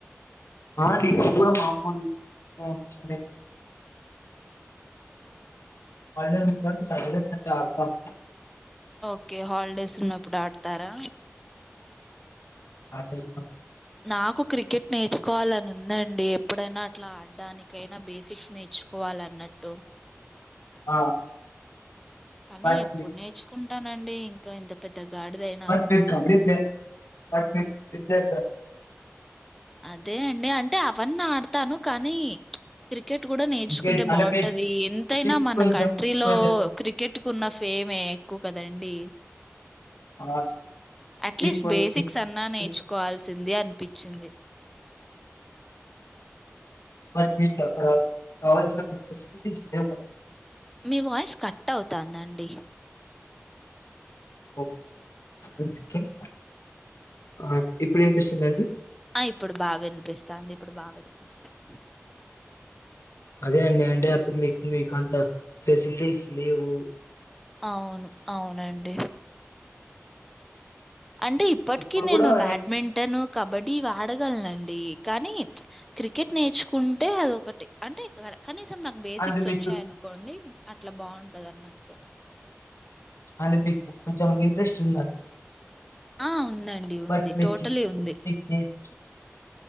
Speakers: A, on the left; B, in the centre.
A: ఆ అండీ ఇపుడు కూడా మా అమ్మ ఇంట్లో సండే హాలిడే ఒచ్చింనా సండే సండే ఆడతాం
B: ఒకే హాలిడేస్ ఉన్నప్పుడు ఆడతారా
A: హల్దేస్ ఉనప్పుడు
B: నాకు క్రికెట్ నేర్చుకోవాలని ఉందండి ఎప్పుడైనా అట్లా ఆడడానికైనా బేసిక్స్ నేర్చుకోవల అన్నట్టు
A: ఆ
B: కానీ
A: బట్
B: ఎప్పుడు నేర్చుకుంటానండి గో ఇంత పెద్ద గాడిదయినాక.
A: కబ్ కబ్డీ ప్లే కబ్డి కబ్డీ ప్లేయర్ <unintelligible>
B: అదే అండి అంటే అవన్నీ ఆడతాను కానీ ప్చ్ క్రి కెట్ గూడ నేర్చుకుంటే
A: క్రికెట్ అంటే
B: బాగుంటదీ
A: మీకు
B: ఎంతైనా
A: మీకు
B: మన
A: కొంచెం
B: కంట్రీలో
A: కొంచెం
B: క్రికెట్ కు ఉన్న ఫేమే ఎక్కువ కదండి.
A: ఆ,
B: అట్లీస్ట్
A: మీకు కొంచెం
B: బేసిక్స్
A: మీకు
B: అన్నా నేర్చుకోవలి. చ్చిందే అనిపించింది.
A: బట్ మీకు చెప్పరాదు కావాల్సినపుడు <unintelligible> మ్యాచా
B: మీ వాయిస్ కట్ అవుతాందండి.
A: ఓ వన్ సెకండ్ ఆ ఇప్పుడు వినిపిస్తుందా అండి
B: ఆ ఇప్పుడు బా వినిపిస్తాంది ఇప్పుడు బా వినిపిస్తా <inaudible>
A: అదే అండి అంటే అప్పుడు మీక్ మీకు అంత ఫెసిల్టీస్ లేవు. <inaudible>
B: అవును అవునండి. అంటే ఇప్పటిక
A: ఇప్పుడు
B: నేను
A: కూడా ఐ
B: బ్యాడ్మింటన్
A: మీన్
B: కబడ్డీ ఇవాడగలను అం కానీ క్రికెట్ నేర్చుకుంటే అదొకటి అంటే కరె కనీసం నాకు బేసిక్స్
A: అంటే మీకు
B: వచ్చాయనుకోండి అట్ల బాగుంటది అన్నట్టు.
A: అంటే మీకు కొంచెం మీక్ ఇంట్రెస్ట్ ఉందా
B: ఆ ఉందండి
A: బట్
B: ఉంది.
A: మీకి
B: టోటలీ ఉంది.
A: <unintelligible>